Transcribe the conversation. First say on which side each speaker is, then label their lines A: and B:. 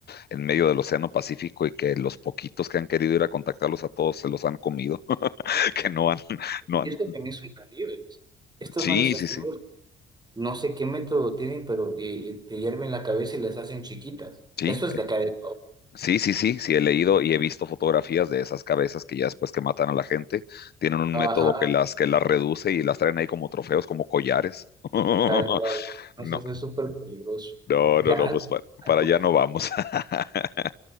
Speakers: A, on the left; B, on the right.
A: en medio del Océano Pacífico y que los poquitos que han querido ir a contactarlos a todos se los han comido. <laughs> que no han, no
B: Y
A: han,
B: esto también son caníbales. Estos
A: sí,
B: son estas
A: sí,
B: tribus,
A: sí,
B: no sé qué método tienen, pero eh, eh, te hierven la cabeza y las hacen chiquitas.
A: sí,
B: Eso es
A: eh,
B: de acá de...
A: sí, sí, sí, sí, he leído y he visto fotografías de esas cabezas que ya después que matan a la gente, tienen un
B: Ajá,
A: método que las, que las reduce y las traen ahí como trofeos, como collares. <laughs>
B: tal cual. Entonces
A: No,
B: es súper peligroso.
A: no,
B: Mira,
A: no, no,
B: algo,
A: pues pa-
B: algo
A: para allá
B: que...
A: no vamos. <laughs>